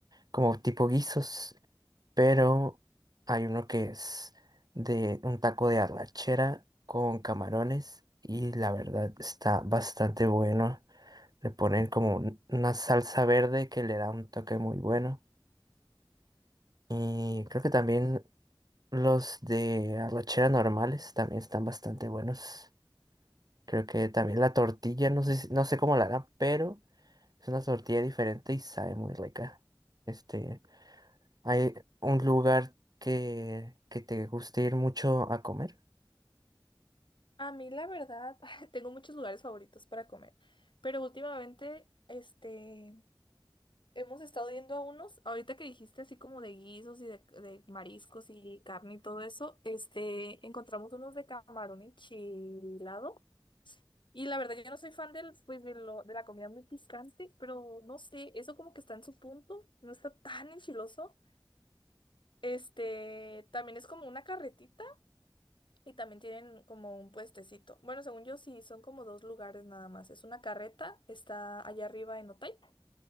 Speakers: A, on the right; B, on the left.
A: como tipo guisos. pero hay uno que es de un taco de arrachera con camarones y la verdad está bastante bueno. Le ponen como un- una salsa verde que le da un toque muy bueno. Y creo que también los de arrachera normales también están bastante buenos. Creo que también la tortilla, no sé, si- no sé cómo la harán, pero es una tortilla diferente y sabe muy rica. Este, ¿Hay un lugar que, que te guste ir mucho a comer?
B: A mí la verdad, <laughs> tengo muchos lugares favoritos para comer, pero últimamente, este, hemos estado yendo a unos, ahorita que dijiste así como de guisos y de, de mariscos y carne y todo eso, este, encontramos unos de camarón enchilado. Y la verdad, yo no soy fan del, pues, de, lo- de la comida muy picante, pero no sé, eso como que está en su punto, no está tan enchiloso. Este, también es como una carretita. Y también tienen como un puestecito. Bueno, según yo, sí, son como dos lugares nada más. Es una carreta, está allá arriba en Otay,